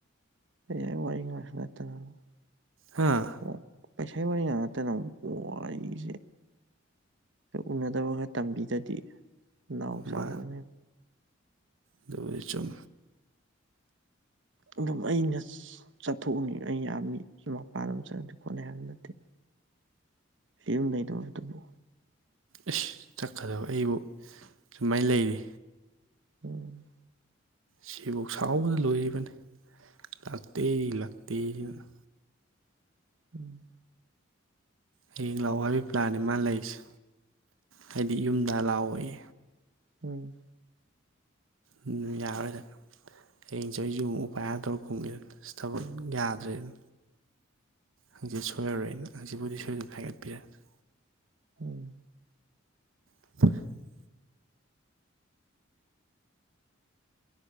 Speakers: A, on the right; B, on the right.
A: <unintelligible>
B: ꯍꯥꯥ
A: ꯑꯣ ꯄꯩꯁꯥ ꯋꯥꯔꯤ ꯉꯥꯛꯇꯅ ꯋꯥꯔꯤꯁꯦ ꯎꯅꯥ ꯐꯖꯅꯥ ꯇꯝꯕꯤꯗꯗꯤ ꯅꯥꯎ ꯆꯥꯎꯕꯅꯦ
B: ꯃꯥ ꯑꯗꯨꯕꯨꯗꯤ ꯆꯨꯝ
A: ꯑꯗꯨꯝ ꯑꯩꯅ ꯆꯠꯊꯣꯛꯎꯅꯤ ꯑꯩ ꯌꯥꯝꯃꯤ ꯃꯄꯥꯟꯗ ꯑꯃ ꯆꯠꯂꯗꯤ ꯈꯣꯠꯅꯩ ꯍꯥꯏꯕ ꯅꯠꯇꯦ ꯌꯨꯝ ꯂꯩꯗꯧꯕꯗꯨꯕꯨ
B: ꯑꯁ ꯆꯠꯀꯗꯕ ꯑꯩꯕꯨ ꯁꯨꯃꯥꯏꯅ ꯂꯩꯔꯤ
A: ꯎꯝ꯫
B: ꯁꯤꯕꯨꯛ ꯁꯥꯎꯕꯗ ꯂꯣꯏꯔꯤꯕꯅꯤ ꯂꯥꯛꯇꯦ ꯂꯥꯛꯇꯦꯁꯤꯅ
A: ꯎꯝ
B: ꯍꯌꯦꯡ ꯂꯥꯛꯑꯣ ꯍꯥꯏꯕꯒꯤ ꯄ꯭ꯂꯥꯟꯅꯦ ꯃꯥ ꯂꯩꯔꯤꯁꯦ ꯍꯥꯏꯗꯤ ꯌꯨꯝꯗ ꯂꯥꯛꯑꯣꯌꯦ
A: ꯎꯝ
B: ꯎꯝ ꯌꯥꯔꯣꯏꯗ ꯍꯌꯦꯡꯁ ꯑꯩ ꯌꯨꯝ ꯎꯄꯥꯏꯔ ꯇꯧꯔ ꯀꯨꯝꯃꯦꯅ ꯁꯤ ꯊꯕꯛ ꯌꯥꯗ꯭ꯔꯦꯅ ꯍꯪꯆꯠ ꯁꯣꯏꯔꯔꯣꯏꯅ ꯍꯪꯁꯤꯕꯨꯗꯤ ꯁꫭꯏꯗꯅ ꯍꯥꯏꯒꯠꯄꯤꯔꯛꯒꯦ
A: ꯎꯝ
B: <inaudible>